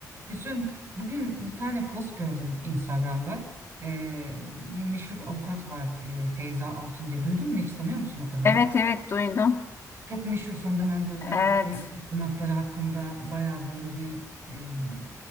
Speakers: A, on the right (about 45°); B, on the left (about 40°).
A: Üzüm. Bugün bir tane post gördüm Instagram'da. Ee, bir meşhur avukat var e, Feyza Altun diye. Duydun mu hiç tanıyor musun o kadını?
B: Evet evet duydum.
A: Çok meşhur son dönemde özellikle
B: Evet
A: işte tırnakları hakkında baya böyle bir e,